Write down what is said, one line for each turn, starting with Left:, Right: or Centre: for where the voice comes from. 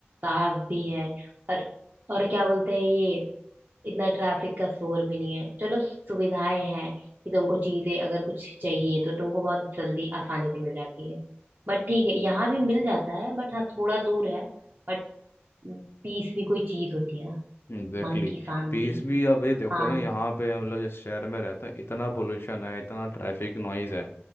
Right: साफ भी है और और क्या बोलते हैं ये इतना ट्रैफिक का शोर भी नहीं है चलो सुविधाएं हैं कि तुमको चीजें अगर कुछ चाहिए तो तुमको बहुत जल्दी आसानी से मिल जाती है बट ठीक है यहाँ भी मिल जाता है बट हाँ थोड़ा दूर है बट पीस भी कोई चीज होती है ना
Left: एग्जैक्टली
Right: मन की शांति
Left: पीस भी अब ये देखो
Right: शांत
Left: ना यहाँ पे हम लोग जिस शहर में रहते हैं इतना पोल्यूशन है इतना ट्रैफिक नॉइज है